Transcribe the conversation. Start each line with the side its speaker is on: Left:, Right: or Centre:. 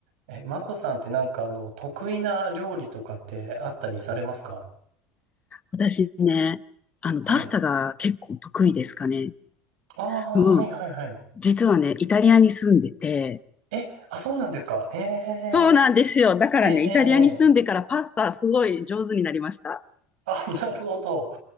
Right: え、マコさんってなんかあの、得意な料理とかってあったりされますか
Left: 私ね、あの、
Right: はい。
Left: パスタが結構得意ですかね。
Right: ああ、
Left: うん。
Right: はいはいはい。
Left: 実はね、イタリアに住んでて、
Right: え、あ、そうなんですか。ええ
Left: そうなんですよ。だからね、
Right: ええええ
Left: イタリアに住んでからパスタすごい上手になりました。
Right: あ、<laughs> なるほど。